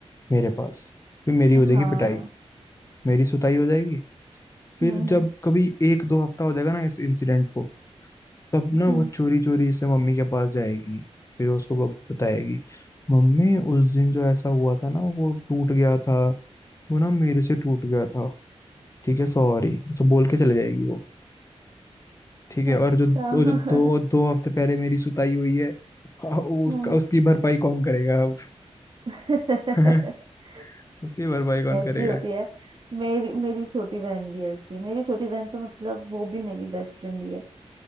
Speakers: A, on the left; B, on the right.
A: मेरे पास फिर मेरी
B: हम्म,
A: हो जाएगी
B: हाँ
A: पिटाई मेरी सुताई हो जाएगी फिर
B: हम्म हम्म
A: जब कभी एक दो हफ्ता हो जाएगा ना इस इंसिडेंट को तब ना
B: हम्म
A: वो चोरी चोरी से मम्मी के पास जाएगी फिर उसको ब- बताएगी मम्मी उस दिन जो ऐसा हुआ था ना वो टूट गया था वो ना मेरे से टूट गया था ठीक है सॉरी तो बोल के चले जाएगी वो ठीक है
B: अच्छा
A: और जो वो
B: <laughs>
A: जो दो दो हफ्ते पहले मेरी सुताई हुई है <laughs>
B: हम्म
A: उसका उसकी भरपाई कौन करेगा अब
B: <laughs>
A: <laughs> उसकी भरपाई कौन
B: ऐसी
A: करेगा
B: होती है मेरी मेरी छोटी बहन भी ऐसी है मेरी छोटी बहन तो मतलब वो भी मेरी बेस्ट फ्रेंड ही है